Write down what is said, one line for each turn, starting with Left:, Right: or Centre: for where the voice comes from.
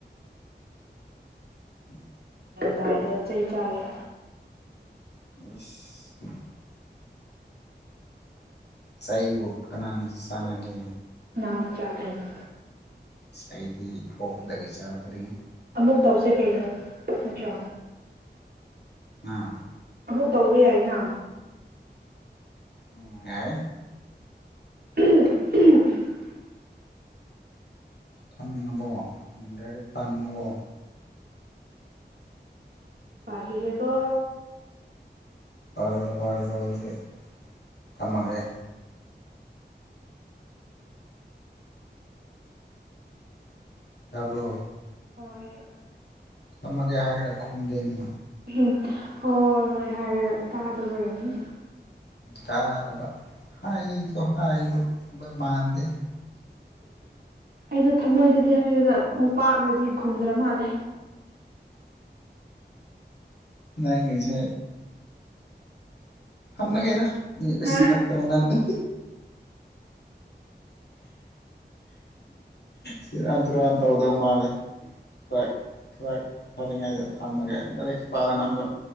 Left: ꯎꯝ
Right: ꯑꯗꯨꯗꯥꯋꯥꯏꯗ ꯆꯩ ꯆꯥꯒꯦ
Left: ꯁ ꯁꯍꯤꯕꯨ ꯀꯅꯥꯅꯦ ꯁꯅ ꯀ
Right: ꯅꯥꯎꯖꯥꯔꯅꯤ
Left: ꯑꯩꯗꯤ ꯄꯄꯗꯁꯥꯗꯔꯤ
Right: ꯑꯃꯨꯛ ꯇꯧꯁꯦ ꯀꯩꯅꯣ ꯅꯠꯇ꯭ꯔꯣ
Left: ꯑꯝ
Right: ꯑꯃꯨꯛ ꯇꯧꯕ ꯌꯥꯏꯅ
Left: ꯎꯝ ꯍꯥꯏ
Right: <unintelligible>
Left: ꯊꯝꯅꯤꯡꯉꯕꯣ ꯗꯥꯏꯔꯦꯛ ꯄꯥꯅꯤꯡꯉꯕꯣ
Right: ꯄ ꯍꯒꯦꯀꯣ
Left: ꯄꯔꯣ ꯄꯔꯔꯕꯣ ꯂꯤ ꯇꯥꯃꯦ ꯊꯥꯕ꯭ꯔꯣ
Right: ꯍꯣꯏ
Left: ꯊꯝꯃꯒꯦ ꯍꯥꯏꯔꯒ ꯈꯨꯝꯗꯦꯅꯦ
Right: ꯎꯝ ꯍꯣꯏ ꯍꯣꯏ ꯍꯥꯏꯔꯒ ꯇꯥꯗꯕꯔꯅꯤ
Left: ꯇꯥꯗꯕ ꯍꯥꯏꯁꯨꯣ ꯍꯥꯏꯕ ꯃꯥꯟꯗꯦ
Right: ꯑꯩꯁꯨꯣ ꯊꯃꯣꯏꯗꯗꯤ ꯍꯥꯏꯔꯒ ꯈꯣꯡꯄꯥꯛꯅꯗꯤ ꯈꯨꯝꯗ꯭ꯔ ꯃꯥꯜꯂꯦ
Left: ꯅꯁ ꯑꯃꯒꯦꯔ
Right: ꯍꯥ
Left: ꯁꯤ ꯂꯥꯛꯇꯥꯔꯦ ꯅꯪ <unintelligible> ꯁꯤꯔ ꯇꯔ ꯇꯧꯗ ꯃꯥꯂꯦ ꯇ꯭ꯔ ꯈꯔ ꯐꯔꯉꯥꯏꯗ ꯊꯝꯃꯒꯦ ꯔ ꯄꯥꯔꯅꯒ